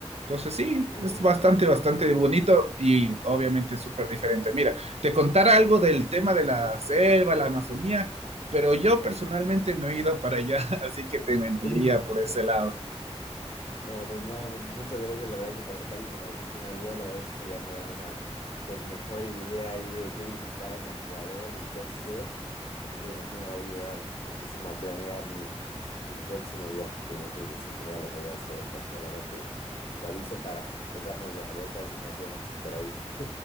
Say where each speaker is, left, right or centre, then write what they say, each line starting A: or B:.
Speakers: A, on the right (about 70°); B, on the left (about 60°).
A: Entonces sí,
B: Oh,
A: es bastante,
B: qué interesante.
A: bastante bonito y obviamente súper diferente. Mira, te contara algo del tema de la
B: Sí.
A: selva, la Amazonía pero yo personalmente no he ido para allá, <laughs> así que te mentiría
B: Ok. <laughs>
A: por ese lado.
B: No, pues no, pues, muchas gracias, la verdad que por toda la información que me has dado, la verdad es que ya me da una pues mejor idea ahí de qué visitar en Ecuador y qué hacer. Y pues bueno, sí me va a ayudar muchísimo a planear mi, mi próximo viaje, que yo creo que sin duda lo voy a hacer ahí cuando lo haga, te, te aviso para pues darnos la vuelta, a ver si nos vemos por ahí. <laughs>